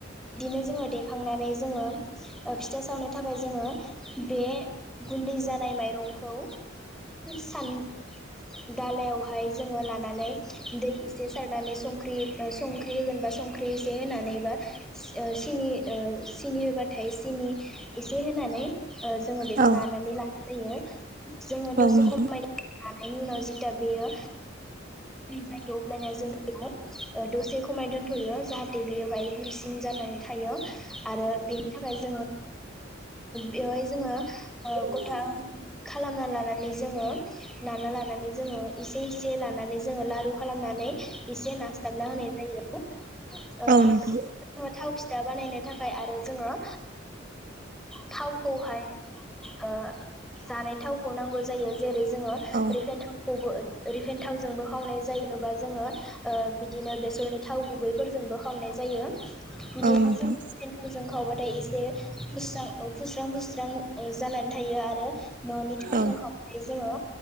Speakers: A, in the centre; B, on the right.
A: बिदिनो जोङो देखांनानै जोङो फिथा सावनो थाखाय जोङो बे गुन्दै जानाय माइरंखौ सान दालायावहाय जोङो लानानै दै इसे सारनानै संख्रि संख्रि होगोन बा संख्रि एसे होनानै बा ओ सिनि ओ सिनि होबाथाय सिनि इसे होनानै ओ जोंङो बेखौ
B: औ
A: नानानै लानाय जायो जोंङो
B: औ
A: दसे
B: नोंथां
A: खमाय लानायनि उनाव जेथिया बेयो जायो अब्लानो जों बेयाव दसे खमाय दोनथ'यो जाहाथे बियो बाय गुरैसिन जानानै थायो आरो बेनि थाखाय जोङो बेवहाय जोङो
B: औ
A: गथा खालामना लानानै जोङो नाना लानानै जोङो एसे एसे लानानै जोङो लारु खालामनानै एसे ना थामना होनाय जायो ओ
B: औ नोंथां
A: थाव फिथा बानायनो थाखाय आरो जोङो थावखौहाय ओ जानाय थावखौ नांगौ जायो जेरै जोङो
B: औ
A: रिफाइन खौबो रिफेन थावजोंबो खावनाय जायोे बा जोङो ओ बिदिनो बेसरनि थाव गुबैफोरजोंबो खावनाय जायो बिदिनो
B: औ नोंथां
A: जों रिफाइन थावजों खावबाथाय एसे फुस्रां फुस्रां फुस्रां जानानै थायो आरो न'नि थावजों
B: औ
A: खाव बे जोङो